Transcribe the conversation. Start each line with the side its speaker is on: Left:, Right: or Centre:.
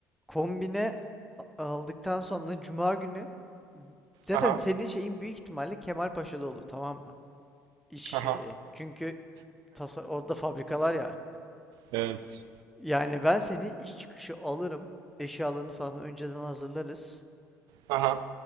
Centre: Kombine a- aldıktan sonra cuma günü zaten
Right: Aha,
Centre: senin şeyin büyük ihtimalle Kemalpaşa'da olur tamam mı? İş şeyi.
Right: aha.
Centre: Çünkü tasa orada fabrikalar ya.
Right: Evet.
Centre: Yani ben seni iş çıkışı alırım. Eşyalarını falan önceden hazırlarız.
Right: Aha.